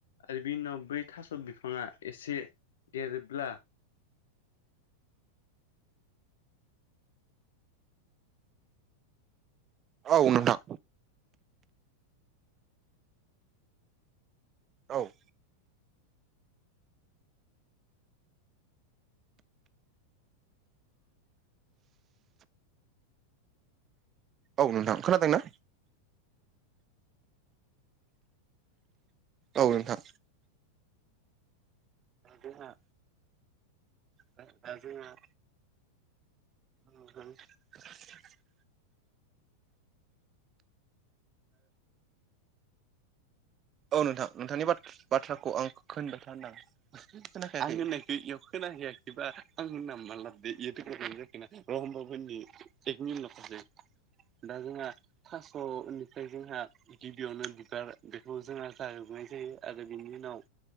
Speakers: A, on the left; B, on the right.
A: आरो बिनि उनाव बै थास' बिफाङा एसे देरोब्ला
B: औ नोंथां औ औ नोंथां खोनादों ना? औ नोंथां जोंहा दा जोंहा नुगोन <inaudible> औ नोंथां नोंथांनि बाथ्राखौ आं खोनबाय थानोदां आं होननायखौ इयाव खोनााहैयाखैबा आं होनना मा लाबोदो बेयोथ' गानो जाखो ना <unintelligible> दा जोंहा थास'निफ्राय जोंहा गिबियावनो बिबार खौ जोंहा जाहोबनाय जायो आरो बिनि उनाव